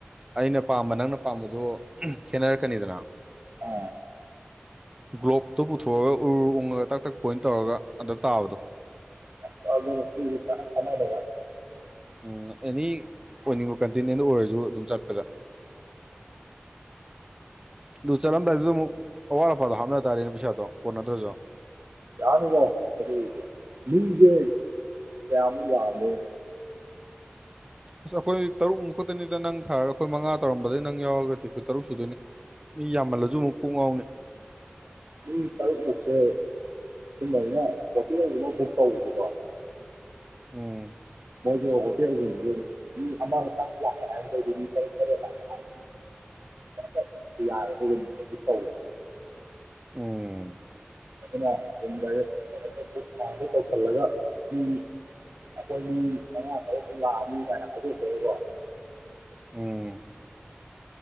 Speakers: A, on the right (about 20°); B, on the right (about 70°).
A: ꯑꯩꯅ ꯄꯥꯝꯕ ꯅꯪꯅ ꯄꯥꯝꯕꯗꯨ ꯈꯦꯠꯅꯔꯛꯀꯅꯤꯗꯅ
B: ꯑꯥ
A: ꯒ꯭ꯂꯣꯞꯇꯨ ꯄꯨꯊꯣꯛꯑꯒ ꯎꯔ ꯎꯡꯉꯒ ꯇꯛ ꯇꯛ ꯄꫭꯏꯅ ꯇꯧꯔꯒ ꯑꯗ ꯇꯥꯕꯗꯣ
B: <unintelligible>
A: ꯎꯝ ꯑꯦꯅꯤ ꯑꯣꯏꯅꯤꯡꯕ ꯀꯟꯇꯤꯅꯦꯟ ꯑꯣꯏꯔꯁꯨ ꯑꯗꯨꯝ ꯆꯠꯄꯗ ꯑꯗꯨ ꯆꯠꯂꯝꯗꯥꯏꯗꯨꯗ ꯑꯃꯨꯛ ꯑꯋꯥꯠ ꯑꯄꯥꯗꯣ ꯍꯥꯞꯅ ꯇꯥꯔꯦꯅꯦ ꯄꯩꯁꯥꯗꯣ ꯀꯣꯟꯅꯇ꯭ꯔꯁꯨ
B: ꯌꯥꯅꯤꯀꯣ ꯑꯗꯨꯒꯤꯗꯤ ꯃꯤꯁꯦ ꯀꯌꯥꯃꯨꯛ ꯌꯥꯝꯃꯦ
A: ꯑꯁ ꯑꯩꯈꯣꯏ ꯇꯔꯨꯛꯃꯨꯛ ꯈꯛꯇꯅꯤꯗ ꯅꯪ ꯊꯥꯔꯒ ꯑꯩꯈꯣꯏ ꯃꯉꯥ ꯇꯧꯔꯝꯕꯗꯒꯤ ꯅꯪ ꯌꯥꯎꯔꯒꯗꯤ ꯑꯩꯈꯣꯏ ꯇꯔꯨꯛ ꯁꯨꯗꯣꯏꯅꯤ ꯃꯤ ꯌꯥꯝꯃꯜꯂꯁꯨ ꯑꯃꯨꯛ ꯀꯣꯛ ꯉꯥꯎꯅꯤ
B: ꯃꯤ ꯇꯔꯨꯛꯃꯨꯛꯁꯦ ꯁꯨꯝꯃꯩꯅ ꯍꯣꯇꯦꯜꯕ ꯕꯨꯛ ꯇꯧꯁꯤ꯭ꯔꯣ
A: ꯎꯝ
B: ꯃꯣꯏꯒꯤ ꯍꯣꯇꯦꯜꯁꯤꯡꯁꯤ ꯃꯤ ꯑꯃꯈꯛꯇꯪ ꯂꯥꯛꯑꯦ ꯍꯥꯏꯔꯒꯗꯤ ꯃꯤ ꯇꯔꯨꯛ ꯇꯔꯦꯠ ꯂꯥꯛꯑꯦ ꯍꯥꯏ
A: <inaudible>
B: <unintelligible>
A: ꯎꯝ
B: <unintelligible> ꯑꯩꯈꯣꯏ ꯃꯤ ꯃꯉꯥ ꯇꯔꯨꯛꯃꯨꯛ ꯂꯥꯛꯑꯅꯤ ꯀꯃꯥꯏꯅ ꯍꯥꯏꯗꯣꯛꯈꯣꯛꯈ꯭ꯔꯒꯀꫭ
A: ꯎꯝ